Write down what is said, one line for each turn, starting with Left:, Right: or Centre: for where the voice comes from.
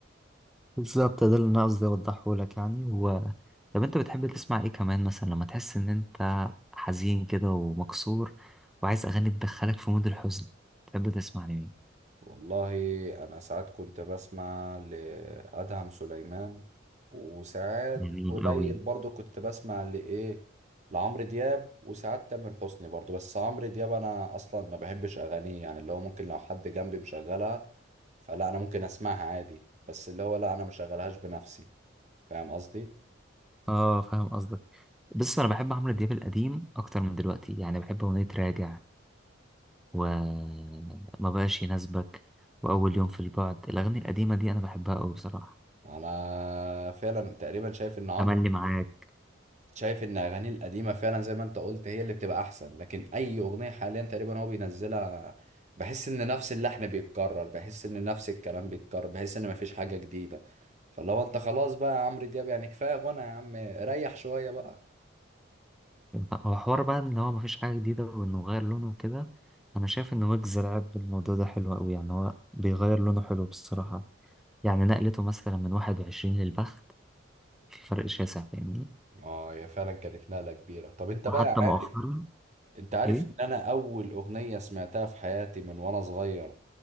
Centre: بالظبط ده اللي انا قصدي اوضحه لك يعني و... طب انت بتحب تسمع ايه كمان مثلا لما تحس ان انت حزين كده ومكسور وعايز اغاني تدخلك في مود الحزن تحب تسمع لمين
Right: والله انا ساعات كنت بسمع لادهم سليمان وساعات
Centre: جميل
Right: قليل
Centre: أوي
Right: برضو كنت بسمع لايه لعمرو دياب وساعات تامر حسني برضو بس عمرو دياب انا اصلا ما بحبش اغانيه يعني اللي هو ممكن لو حد جنبي مشغلها فلا انا ممكن اسمعها عادي بس اللي هو لا انا مشغلهاش بنفسي فاهم قصدي
Centre: اه فاهم قصدك بص انا بحب عمرو دياب القديم اكتر من دلوقتي يعني بحب اغنيه راجع وما بقاش يناسبك واول يوم في البعد الاغاني القديمه دي انا بحبها قوي بصراحه
Right: انا فعلا تقريبا شايف ان عمرو
Centre: تملي معاك
Right: شايف ان اغانيه القديمه فعلا زي ما انت قلت هي اللي بتبقى احسن لكن اي اغنيه حاليا تقريبا هو بينزلها بحس ان نفس اللحن بيتكرر بحس ان نفس الكلام بيتكرر بحس ان مفيش حاجه جديده فاللي هو انت خلاص بقى يا عمرو دياب يعني كفايه غنى يا عم ريح شويه بقى
Centre: هو حوار بقى ان هو مفيش حاجه جديده وانه غير لونه وكده انا شايف ان ويجز لعب بالموضوع ده حلو قوي يعني هو بيغير لونه حلو بصراحه يعني نقلته مثلا من 21 للبخت في فرق شاسع فاهمني
Right: اه هي فعلا كانت نقله كبيره طب انت
Centre: وحتى
Right: بقى <laughs> عارف
Centre: مؤخرا
Right: انت عارف
Centre: ايه
Right: ان انا اول اغنيه سمعتها في حياتي من وانا صغير